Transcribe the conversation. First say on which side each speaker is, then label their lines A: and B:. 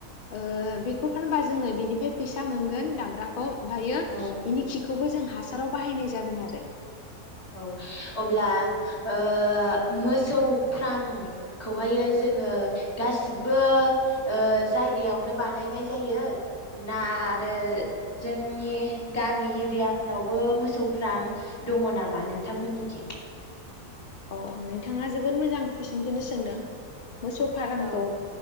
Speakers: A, on the left; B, on the left.
A: ओ बेखौ फानबा जोङो बेनिफ्राय फैसा मोनगोन दामब्राखौ। ओमफायो
B: औ
A: बेनि खिखौबो जों हासाराव बाहायनाय जागोन आरो
B: औ अब्ला ओ ओ मोसौ फ्राम खौहायो जोङो गासिबो ओ जायगायावनो बानायनाय जायो ना आरो जोंनि गामि एरियाफोरावबो मोसौफ्राम दङ नामा नोंथांमोननिथिं
A: अ नोंथाङा जोबोद मोजां कुइसनखौनो सोंदों मोसौ फारामखौ
B: औ